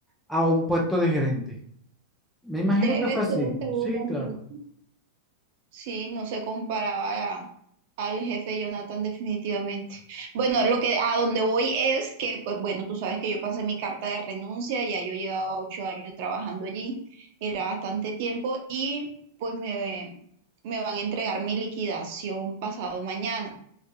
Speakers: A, in the centre; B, on the right (about 55°).
A: a un puesto de gerente. Me imagino
B: debe
A: que fue así.
B: ser seguramente.
A: Sí, claro.
B: Sí, no se comparaba a- al jefe Jonathan definitivamente. Bueno, lo que a donde voy es que, pues bueno, tú sabes que yo pasé mi carta de renuncia, ya yo llevaba ocho años trabajando allí, era bastante tiempo y pues me, me van a entregar mi liquidación pasado mañana.